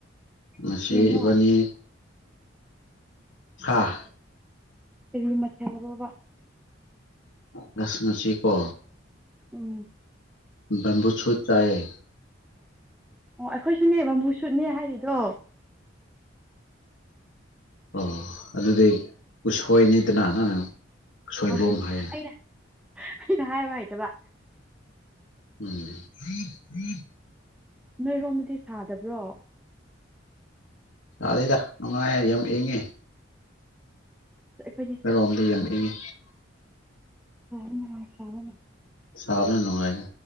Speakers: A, on the left; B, in the centre.
A: ꯉꯁꯤ
B: ꯃꯊꯦꯜꯅꯣ
A: ꯏꯕꯥꯅꯤ ꯍꯥꯥ
B: ꯀꯔꯤ ꯃꯊꯦꯜꯔꯣꯕ
A: ꯉꯁꯤ ꯉꯁꯤꯀꯣ
B: ꯎꯝ
A: ꯕꯦꯝꯕꯨ ꯁꯨꯠ ꯆꯥꯏꯑꯦ
B: ꯑꯣ ꯑꯈꯣꯏꯁꯨꯅꯦ ꯕꯦꯝꯕꯨ ꯁꯨꯠꯅꯦ ꯍꯥꯏꯔꯤꯗꯣ
A: ꯑꯣ ꯑꯗꯨꯗꯤ ꯎꯁꯣꯏꯅꯤꯗꯅ ꯅꯪꯅ ꯁꯣꯏꯕꯨꯝ
B: ꯍꯣꯏ
A: ꯍꯥꯏꯌꯦ
B: ꯑꯩꯅ ꯑꯩꯅ ꯍꯥꯏꯕ ꯍꯩꯇꯕ
A: ꯎꯝ
B: ꯅꯣꯏꯔꯣꯝꯗꯗꯤ ꯁꯥꯗꯕ꯭ꯔꯣ
A: ꯁꯥꯗꯦꯗ ꯅꯨꯡꯉꯥꯏ ꯌꯥꯝ ꯏꯪꯉꯤ
B: ꯑꯩꯈꯣꯏꯗꯤ
A: ꯑꯈꯣꯏꯔꯣꯝꯗꯤ ꯌꯝ ꯏꯪꯉꯤ
B: <unintelligible> ꯌꯥꯝ ꯁꯥꯕꯅꯦ
A: ꯁꯥꯕꯅ ꯅꯨꯡꯉꯥꯏꯍꯦ